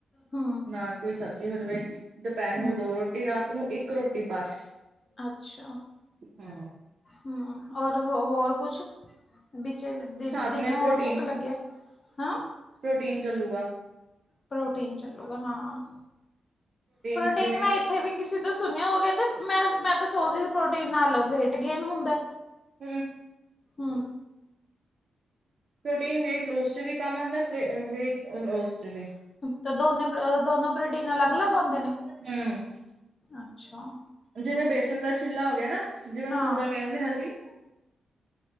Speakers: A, on the left; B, on the right.
A: ਹੂੰ
B: ਨਾਲ਼ ਕੋਈ ਸਬਜ਼ੀ ਹੋ ਜਵੇ। ਦੁਪਹਿਰ ਨੂੰ
A: ਹੂੰ
B: ਦੋ ਰੋਟੀ, ਰਾਤ ਨੂੰ ਇੱਕ ਰੋਟੀ ਬੱਸ,
A: ਅੱਛਾ
B: ਹਮ।
A: ਹਮ ਔਰ ਹੋ ਹੋਰ ਕੁਛ, ਵਿੱਚੇ ਦਿ
B: ਸਾਥ
A: ਦਿਨੇ
B: ਮੈਂ
A: ਹੋਰ
B: ਪ੍ਰੋਟੀਨ
A: ਭੁੱਖ ਲੱਗੇ? ਹੈਂ।
B: ਪ੍ਰੋਟੀਨ ਚੱਲੂਗਾ।
A: ਪ੍ਰੋਟੀਨ ਚੱਲੂਗਾ ਹਾਂ, ਪ੍ਰੋਟੀਨ
B: ਚ ਜਿਵੇਂ
A: ਮੈਂ ਇੱਥੇ ਵੀ ਕਿਸੇ ਤੋਂ ਸੁਣਿਆ ਓ ਕਹਿੰਦੇ ਮੈਂ, ਮੈਂ ਤਾਂ ਸੋਚਦੀ ਪ੍ਰੋਟੀਨ ਨਾਲ਼ ਵੇਟ ਗੇਨ ਹੁੰਦਾ।
B: ਹਮ।
A: ਹਮ।
B: ਪ੍ਰੋਟੀਨ ਵੇਟ ਲੂਸ 'ਚ ਵੀ ਕੰਮ ਆਂਉਦਾ ਪਲੇ ਵੇਟ ਲੋਸ ਚ ਵੀ
A: ਤੇ ਦੋਨੇ ਅ ਦੋਨੋ ਪ੍ਰੋਟੀਨ ਅਲੱਗ-ਅਲੱਗ ਹੁੰਦੇ ਨੇ?
B: ਹਮ
A: ਅੱਛਾ!
B: ਜਿਵੇਂ ਬੇਸਣ ਦਾ ਛਿੱਲਾ ਹੋ ਗਿਆ ਨਾ ਜਿਵੇਂ
A: ਹਾਂ
B: ਪੂੜਾ ਕਹਿੰਦੇ ਅਸੀਂ।